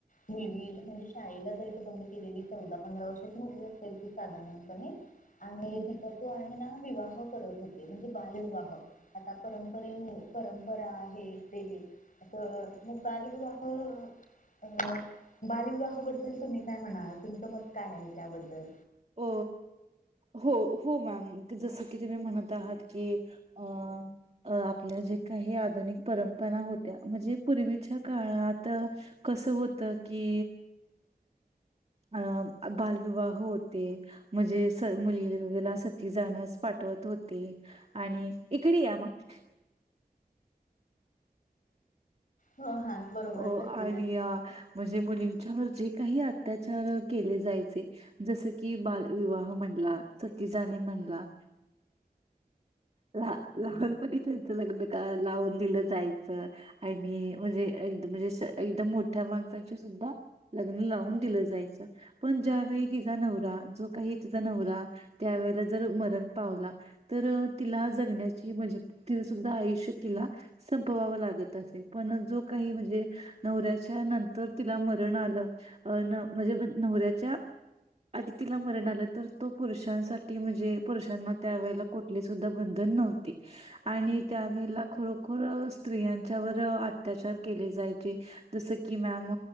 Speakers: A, on the left (about 55°); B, on the right (about 40°).
A: मुलगी म्हणजे शाळेला जायचं बंद केलेली चौदा पंधरा वर्षाची मुलगी असेल ती साधारणपणे आणि तिचा जो आहे ना विवाह करत होते म्हणजे बालविवाह आता परंपरेन परंपरा आहे ते. अं मग बाल विवाह अ बालविवाहाबद्दल तुम्ही काय म्हणाल तुमचं मत काय आहे त्याबद्दल
B: अ हो हो मॅम जसं की तुम्ही म्हणत आहात की अ अ आपल्या जे काही आधुनिक परंपरा होत्या म्हणजे पूर्वीच्या काळात. कसं होत की... अ बालविवाह होते म्हणजे सर्व मुली सति ती जाण्यास पाठवत होते आणि इकडे या मग....
A: हो हा बरोबर....
B: अ
A: सतीदान
B: आणि म्हणजे मुलींच्यावर जे काही अत्याचार केले जायचे.... जसं की बालविवाह म्हणला सती जाणे म्हणला.... लहापणीहून पण त्यांच लग्न का लावून दिलं जायचं... आणि म्हणजे एकदा म्हणजे एकदम मोठ्या माणसांशी सुद्धा.... लग्न लावून दिलं जायचं पण ज्यावेळी तिझा नवरा जो काही तिचा नवरा.... त्यावेेळेला जर मरण पावला तर... तिला जगण्याची म्हणजे तिने सुद्धा आयुष्य तिला.... संपवावं लागत असे पण जो काही म्हणजे नवऱ्याच्या नंतर तिला मरण आलं.... अ म्हणजे नवऱ्याच्या... आधी तिला मरण आलं तर तो पुरुषांसाठी म्हणजे पुरुषांना त्यावेेळेला कुठलीच... सुद्धा बंधन नव्हते... आणि त्यावेळेला खरोखर स्त्रियांच्या वर अत्याचार केले जायचे जस.... कि मॅम...